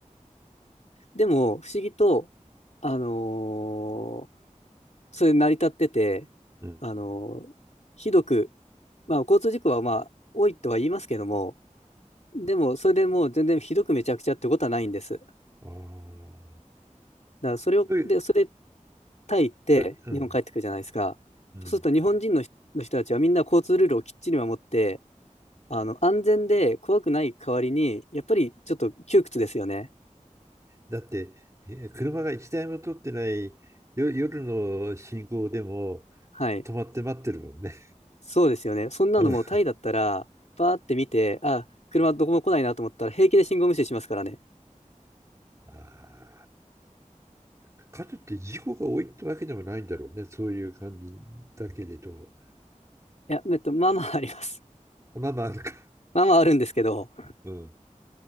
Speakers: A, on the left (about 60°); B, on the right (about 25°).
A: でも、不思議と、あのーそれ成り立ってて、
B: うん
A: あの、ひどく、まあ、交通事故はまあ、多いとは言いますけども、でも、それでもう全然ひどくめちゃくちゃってことはないんです。だか
B: ああ
A: らそれを、
B: という
A: で、それ、タイ行って日本帰ってくるじゃないですか。
B: うん。うん
A: そうすると日本人の人、の人たちはみんな交通ルールをきっちり守って、あの安全で怖くない代わりに、やっぱりちょっと窮屈ですよね。
B: だって、え車が一台も通ってないよ夜の信号でも
A: はい。
B: 止まって待ってるもんね。
A: そうですよね。そんなのもうタイだったら、
B: うん
A: バーって見て、あ、車どこも来ないなと思ったら平気で信号無視しますからね。
B: あーかといって事故が多いってわけでもないんだろうね。そういう感じだけれど。
A: いや、えっと、まあまああります。
B: まあまあ、あるか。
A: <laughs> まあまああるんですけど、
B: うん。